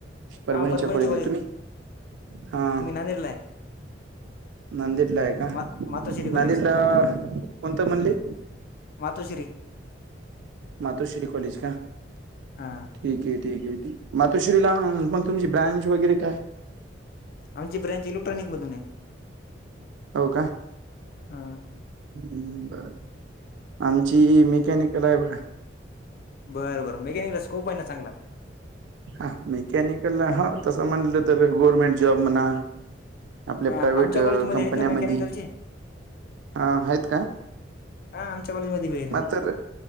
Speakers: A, on the right; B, on the left.
A: परभणीच्या
B: हां परभणीचं
A: कॉलेजला तुम्ही, हा.
B: आरेलाय.
A: नांदेडला आहे का
B: मा मातोश्री कॉलेज
A: नांदेडला कोणतं मंदिर?
B: मातोश्री
A: मातोश्री कॉलेज का? ठीक
B: हां
A: आहे ठीक आहे ठी, मातोश्रीला मग तुमची ब्रँच वगैरे काय?
B: आमची ब्रँच इलेक्ट्रॉनिक मधून आहे.
A: हो का?
B: हा.
A: हम बर, आमची मिकॅनिकल आहे बघा.
B: बरं बर मेकॅनिकला स्कोप आहे ना चांगला?
A: हा मेकॅनिकल हा तसं म्हणलं तर गव्हर्मेंट जॉब म्हणा. आपल्या
B: हां
A: प्रायव्हेट
B: आमच्या कॉलेजमध्ये
A: कंपन्यामधी.
B: आहेत ना मेकॅनिकलचे
A: हा आहेत का?
B: हां आमच्या कॉलेजमध्ये बी आहेत
A: म्हातारं.